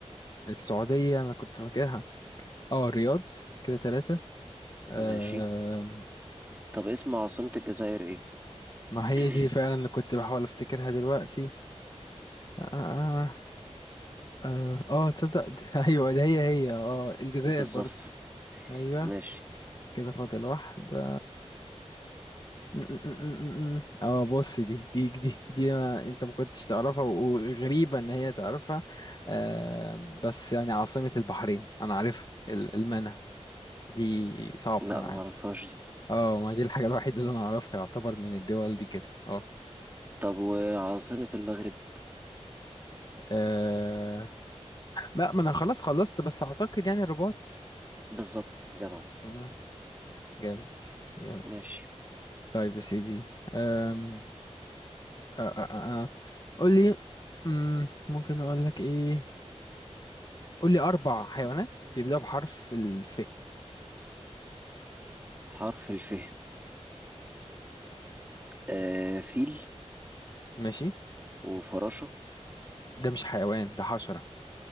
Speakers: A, on the left; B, on the right.
A: السعودية أنا كنت فاكرها اه الرياض كده تلاتة آم،
B: ماشي طب اسم عاصمة الجزائر ايه
A: ما هي
B: <clears throat>
A: دي فعلا اللي كنت بحاول أفتكرها دلوقتي اه اه اه آه، آه، تصدق <laughs> دي- أيوة ده هي هي اه الجزائر
B: بالظبط
A: برضو أيوة
B: ماشي
A: كده فاضل واحدة م- م- م- م- م. اه بص دي دي دي دي ما انت ما كنتش تعرفها وغريبة ان هي تعرفها آم، بس يعني عاصمة البحرين انا عارفها ال- المنى دي صعبة
B: لا
A: انا
B: ما
A: عارف
B: اعرفهاش دي
A: اه ما دي الحاجة الوحيدة اللي انا اعرفها يعتبر من الدول دي كده اه
B: طب وعاصمة المغرب
A: آه، ما ما انا خلاص خلصت بس اعتقد يعني الرباط
B: بالظبط جدع
A: مم، جامد جامد
B: ماشي
A: طيب يا سيدي آم، آه، آه، آه، آه. قول لي مم، ممكن اقول لك ايه قول لي أربع حيوانات بيبدأوا بحرف الف
B: حرف الف <clears throat> آه فيل
A: ماشي
B: وفراشة
A: ده مش حيوان ده حشرة